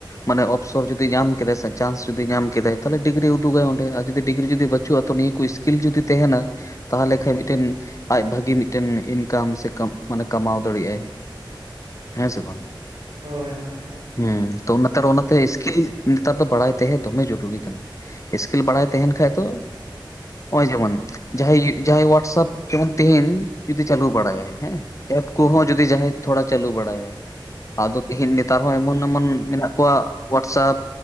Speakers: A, on the left; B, on the right.
A: ᱢᱟᱱᱮ ᱚᱯᱥᱚᱨ ᱡᱩᱫᱤ ᱧᱟᱢ ᱠᱮᱫᱟᱭ ᱥᱮ ᱪᱟᱱᱥ ᱡᱩᱫᱤ ᱧᱟᱢ ᱠᱮᱫᱟᱭ ᱛᱷᱟᱞᱮ ᱰᱤᱜᱽᱨᱤ ᱩᱫᱩᱜᱟᱭ ᱚᱸᱰᱮ ᱟ ᱡᱩᱫᱤ ᱰᱤᱜᱽᱨᱤ ᱡᱩᱫᱤ ᱵᱟᱹᱪᱩᱜᱼᱟ ᱛᱚ ᱱᱤᱭᱟᱹ ᱠᱚ ᱤᱥᱠᱤᱞ ᱡᱩᱫᱤ ᱛᱟᱦᱮᱱᱟ ᱛᱟᱦᱚᱞᱮ ᱠᱷᱟᱡ ᱢᱤᱫᱴᱮᱱ ᱟᱡ ᱵᱷᱟᱹᱜᱤ ᱢᱤᱫᱴᱮᱱ ᱤᱱᱠᱟᱢ ᱥᱮ ᱠᱟᱢ ᱢᱟᱱᱮ ᱠᱟᱢᱟᱣ ᱫᱟᱲᱮᱭᱟᱜ-ᱟᱭ ᱦᱮᱸ ᱥᱮ ᱵᱟᱝ
B: ᱦᱳᱭ ᱦᱳᱭ ᱦᱳᱭ
A: ᱦᱩ ᱛᱚ ᱱᱮᱛᱟᱨ ᱚᱱᱟᱛᱮ ᱤᱥᱠᱤᱞ ᱱᱮᱛᱟᱨ ᱫᱚ ᱵᱟᱲᱟᱭ ᱛᱟᱦᱮᱸ ᱫᱚᱢᱮ ᱡᱚᱨᱩᱨᱤ ᱠᱟᱱᱟ ᱤᱥᱠᱤᱞ ᱵᱟᱲᱟᱭ ᱛᱟᱦᱮᱸᱱ ᱠᱷᱟᱡᱽ ᱫᱚ ᱚᱭ ᱡᱮᱢᱚᱱ ᱡᱟᱦᱟᱭ ᱡᱟᱦᱟᱭ ᱳᱣᱟᱰᱥᱟᱯ ᱡᱮᱢᱚᱱ ᱛᱮᱦᱮᱱ ᱡᱩᱫᱤ ᱪᱟᱞᱩ ᱵᱟᱲᱟᱭᱟᱭ ᱦᱮᱸ ᱮᱯ ᱠᱚᱦᱚᱸ ᱡᱩᱫᱤ ᱡᱟᱦᱟᱭ ᱛᱷᱚᱲᱟ ᱪᱟᱞᱩ ᱵᱟᱲᱟᱭᱟᱭ ᱟᱫᱚ ᱛᱮᱦᱮᱱ ᱱᱮᱛᱟᱨ ᱦᱚᱸ ᱮᱢᱚᱱ ᱮᱢᱚᱱ ᱢᱮᱱᱟᱜ ᱠᱚᱣᱟ ᱳᱣᱟᱰᱥᱟᱯ